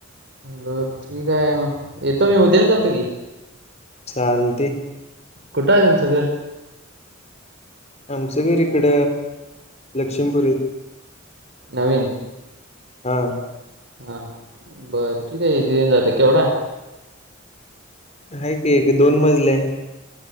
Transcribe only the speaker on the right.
बर. ठीक आहे. येतो मी उद्या येऊन जातो की.
कुठ आहे तुमचं घर?
नवीन?
हा बरं ठीक आहे. इथ येऊन जातो केवढाय?